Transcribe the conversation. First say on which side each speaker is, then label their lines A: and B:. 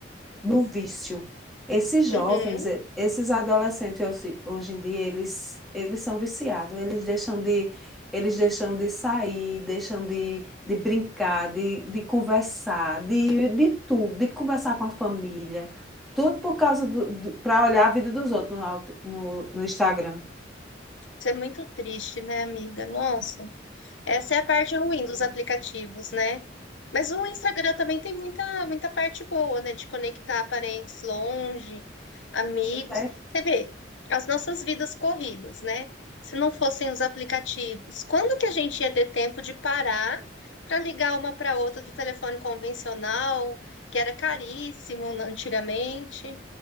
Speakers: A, in the centre; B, on the left.
A: do vício. Esses
B: Uhum.
A: jovens, eh, esses adolescentes hoje hoje em dia, eles, eles são viciados, eles deixam de, eles deixam de sair, deixam de, de brincar, de, de conversar, de, de tudo, de conversar com a família, tudo por causa do, para olhar a vida dos outros no, alt- no, no Instagram.
B: Isso é muito triste, né, amiga? Nossa, essa é a parte ruim
A: Mas-
B: dos aplicativos, né? Mas o Instagram também tem muita, muita parte boa, né? De conectar parentes longe, amigos.
A: É,
B: Você vê, as nossas vidas corridas, né? Se não fossem os aplicativos, quando que a gente ia ter tempo de parar para ligar uma para outra do telefone convencional, que era caríssimo antigamente?